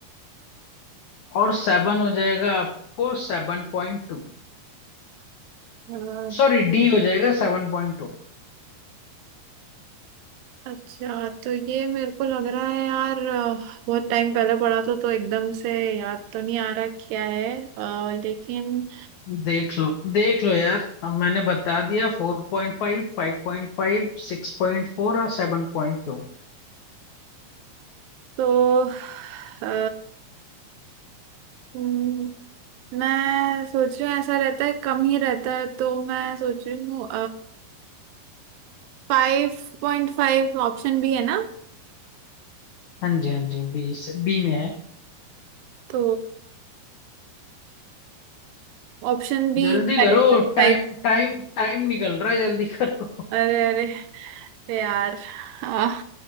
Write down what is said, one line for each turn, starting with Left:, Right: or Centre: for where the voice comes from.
Left: और सेवन हो जाएगा आपको सेवन पॉइंट टू
Right: हाँ
Left: सॉरी डी हो जाएगा सेवन पॉइंट टू।
Right: अच्छा तो ये मेरे को लग रहा है यार अ, बहुत टाइम पहले पढ़ा था तो एकदम से याद तो नहीं आ रहा क्या है अ, लेकिन
Left: देख लो देख लो यार अब मैंने बता दिया फोर पॉइंट फाइव फाइव पॉइंट फाइव सिक्स पॉइंट फोर और सेवन पॉइंट टू
Right: तो अ, हम्म, मैं सोच रही हूँ ऐसा रहता है कम ही रहता है तो मैं सोच रही हूँ फाइव पॉइंट फाइव ऑप्शन भी है ना
Left: हाँ जी हाँ जी बी बी में है
Right: तो ऑप्शन भी
Left: जल्दी करो
Right: फाइव
Left: टाइम टाइम टाइम निकल रहा है जल्दी करो
Right: अरे अरे अरे यार आह,